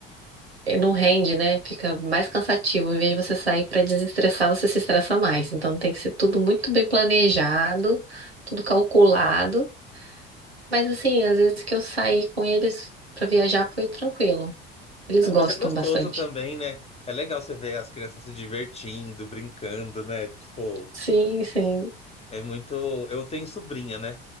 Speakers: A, on the right (about 85°); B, on the left (about 20°).
A: eh, não rende, né? Fica mais cansativo. Em vez de você sair para desestressar, você se estressa mais. Então tem que ser tudo muito bem planejado, tudo calculado. Mas assim, às vezes que eu saí com eles pra viajar foi tranquilo. Eles
B: Ah,
A: gostam
B: mas é gostoso
A: bastante.
B: também, né? É legal você ver as crianças se divertindo, brincando, né? Tipo,
A: Sim, sim.
B: é muito. Eu tenho sobrinha, né?